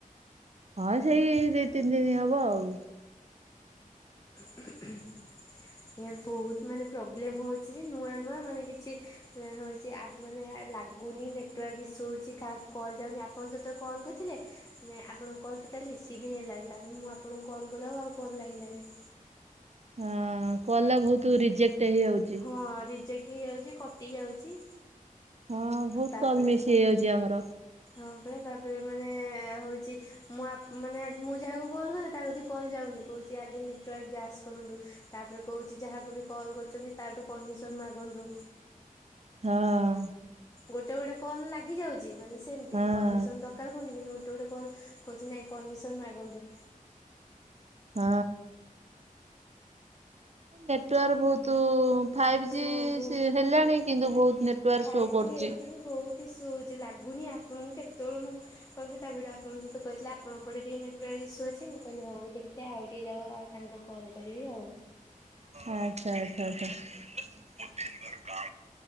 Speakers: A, on the right; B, on the left.
A: ହଁ ସେଇ ଦି ତିନି ଦିନ ହବ ଆଉ।
B: <unintelligible> ଏ ବହୁତ ମାନେ ପ୍ରୋବ୍ଲେମ ହଉଛି ଯେ ନୂଆ ନୂଆ ମାନେ କିଛି ହଉଛି ମାନେ ଲାଗୁ ଗୁନି ନେଟୱାର୍କ ଇସ୍ୟୁ ହେଉଛି କାହାକୁ କଲ୍ ଯାଉନି ଆପଣଙ୍କ ଯେତେବେଳେସହକଲ୍ କରିଥିଲେ ଆପଣଙ୍କ କଲ୍ ଟୋଟାଲି ରିସିିବ୍ ହିଁ ହେଲାନି ତାପରେ ମୁଁ ଆପଣଙ୍କୁ କଲ୍ କଲା ବେଳେକୁକଲ୍ ଆଉଲାଗିଲାଣି
A: ହଁ କଲଟାବହୁତ ରିଜେକ୍ଟ। ହେଇଯାଉଛି।
B: ହଁ ରିଜେକ୍ଟ ହେଇଯାଉଛି କଟି ଯାଉଛି
A: ହଁ ବହୁତ
B: ତାପରେ
A: କଲ ମିଶି ହେଇଯାଉଛି ଆମର।
B: ହଁ ପରା ତାପରେ ମାନେ ହଉଛି ମୁଁ ମାନେ ମୁଁ ଯାହାକୁ କଲ କଲେ। ତ କଲ୍ ଯାଉନି କହୁଛି ଆଗେ ନେଟୱାର୍କ ଯାଚ କରନ୍ତୁ ତାପରେ କହୁଛି ଯାହା ବି କଲ୍ କରୁଛନ୍ତି ତାଠୁ ପରମିସନ ମାଗନ୍ତୁ
A: ହଁ।
B: ଗୋଟେ ଗୋଟେ କଲ ଲାଗି ଯାଉଛି ମାନେ ସେମତି
A: ହଁ
B: ପରିମିଶନ ତ କାର ହଉନି କିନ୍ତୁ ଗୋଟେ ଗୋଟେ କଲ୍ କହୁଛି ନାହିଁ ପରମିସନ ମାଗନ୍ତୁ।
A: ହଁ। ନେଟୱାର୍କ ବହୁତ ଫାଇଭ
B: ମୁଁ
A: ଜି
B: ବୋ
A: ହେଲାଣି କିନ୍ତୁ ବହୁତ ନେଟୱାର୍କ
B: ଫାଇଭ୍
A: ଶୋ କରୁଛି।
B: ଜି ହେଇକି ବି ବହୁତ ଇସୁ ହଉଛି ଲାଗୁନି ଆପଣଙ୍କୁ କେତେବେଳେ ମୁଁ କହିଲି ତା ଭିଡି ଆପଣଙ୍କ ସହିତ କହିଥିଲ ଆପଣଙ୍କ ପଟେ ଟିକେ। ନେଟୱର୍କ ଇସୁ ଅଛି ମୁଁ କହିଲି ହଉ ଦେଖିବା ଆଉ ଟିକେ ଯାଉ ଆଉ ତାଙ୍କୁ କଲ୍ କରିବି ଆଉ।
A: ଆଚ୍ଛା ଆଚ୍ଛା ଆଚ୍ଛା।